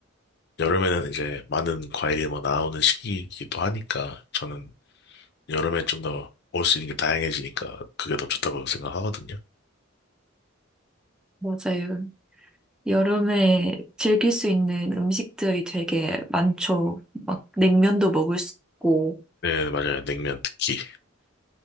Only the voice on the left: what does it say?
여름에는 이제 많은 과일이 뭐 나오는 시기이기도 하니까 저는 여름에 좀 더 먹을 수 있는 게 다양해지니까 그게 더 좋다고 생각하거든요.
네, 맞아요. 냉면 특히.